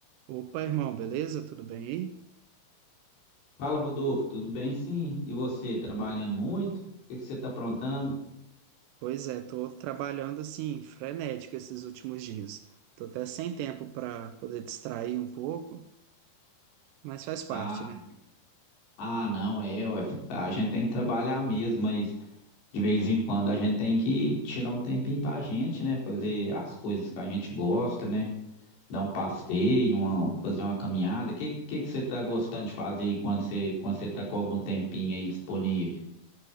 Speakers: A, on the right; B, on the left.
A: Opa, irmão, beleza? Tudo bem aí?
B: Fala, Rodolfo, tudo bem? Sim. E você, trabalhando muito? O que que você está aprontando?
A: Pois é, tô trabalhando assim, frenético esses últimos dias. Tô até sem tempo para poder distrair um pouco, mas faz parte,
B: Ah,
A: né?
B: ah, não, é, ué, a gente tem que trabalhar mesmo, mas de vez em quando a gente tem que tirar um tempinho pra gente, né? Fazer as coisas que a gente gosta, né? Dar um passeio, uma- fazer uma caminhada. O que, que que você está gostando de fazer aí quando você, quando você tá com algum tempinho aí disponível?